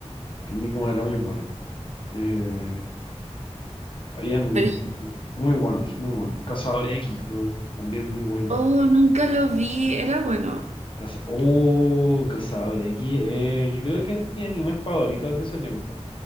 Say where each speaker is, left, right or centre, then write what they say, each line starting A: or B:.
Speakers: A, on the left; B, on the right.
A: Kid Nickman era muy bueno. Eh, habían
B: Pero yo-
A: muy buenos, muy buenos. Cazador X, weón, también muy bueno.
B: oh, nunca lo vi, era bueno.
A: Caza- oh, Cazador X, eh, yo creo que es mi anime favorito de ese tiempo.